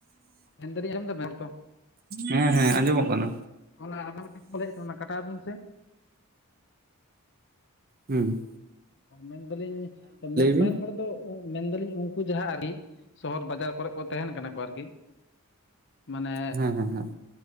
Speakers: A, on the left (about 55°); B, on the right (about 40°).
A: ᱢᱮᱱᱫᱟᱞᱤᱧ ᱟᱸᱡᱚᱢ ᱫᱟᱵᱮᱱ ᱨᱚᱲ ᱛᱚ
B: ᱦᱮᱸ ᱦᱮᱸ ᱟᱸᱡᱚᱢᱚᱜ ᱠᱟᱱᱟ
A: ᱚᱱᱟ ᱟᱵ ᱴᱷᱮᱱ ᱠᱳᱞ ᱦᱮᱡ ᱠᱟᱱᱟ ᱚᱱᱟ ᱠᱟᱴᱟᱣ ᱵᱤᱱ ᱥᱮ
B: ᱦᱩᱸ
A: ᱢᱮᱱᱫᱟᱹᱞᱤᱧ ᱢᱤᱫ
B: ᱵᱤᱱ
A: ᱵᱟᱨ ᱦᱚᱲ ᱫᱚ ᱩ ᱢᱮᱱᱫᱟᱹᱞᱤᱧ ᱩᱝᱠᱩ ᱡᱟᱦᱟᱸ ᱟᱨᱤ ᱥᱚᱦᱚᱨ ᱵᱟᱡᱟᱨ ᱠᱚᱨᱮᱜ ᱠᱚ ᱛᱟᱦᱮᱱ ᱠᱟᱱᱟ ᱠᱚ ᱟᱨᱠᱤ ᱢᱟᱱᱮ
B: ᱦᱮᱸ ᱦᱮᱸ ᱦᱮᱸ